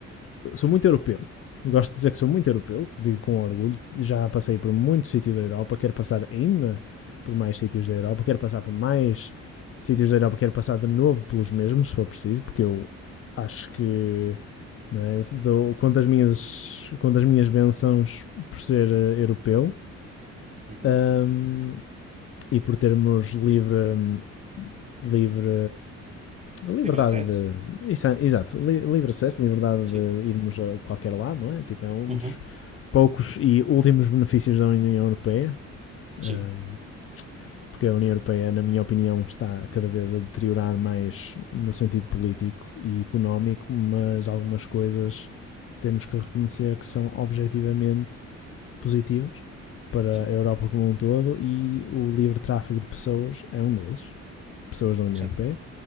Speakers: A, on the left (about 45°); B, on the right (about 25°).
A: Eu sou muito europeu. Gosto de dizer que sou muito europeu, digo com orgulho. Já passei por muito sítio da Europa, quero passar ainda por mais sítios da Europa, quero passar por mais sítios da Europa, quero passar de novo pelos mesmos, se for preciso, porque eu acho que não é? Dou, conto, as minhas, conto as minhas bênçãos por ser eh, europeu
B: uhum.
A: hum, e por termos livre, hum, livre liberdade
B: Livre acesso?
A: de. isso é- exato, li- livre acesso, liberdade
B: Sim.
A: de irmos a qualquer lado, não é? Tipo, é um
B: Uhum,
A: dos poucos e últimos benefícios da União Europeia, um,
B: sim.
A: porque a União Europeia, na minha opinião, está cada vez a deteriorar mais no sentido político e económico, mas algumas coisas temos que reconhecer que são objetivamente positivas para
B: Sim,
A: a Europa como um todo e o livre tráfego de pessoas é um deles, pessoas da União
B: sim,
A: Europeia,